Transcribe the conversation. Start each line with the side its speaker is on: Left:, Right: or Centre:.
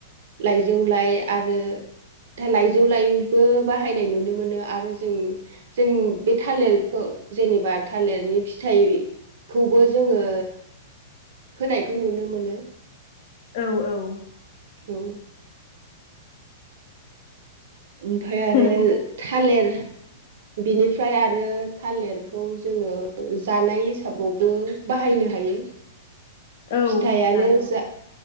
Right: लाइजौ लाइ आरो दालाइजौ लायबो बाहायनाय नुनो मोनो आरो जों जों बे थालिरखौ जेनेबा थालिरनि फिथाइ खौबो जोङो होनायखौ नुनो मोनो।
Left: औ औ
Right: औ ओमफाय आरो
Left: नंगौ
Right: थालेर बिनिफ्राय आरो थालिरखौ जोङो जानाय हिसाबावबो बाहायनो हायो।
Left: औ
Right: फिथायानो
Left: जानाय
Right: जा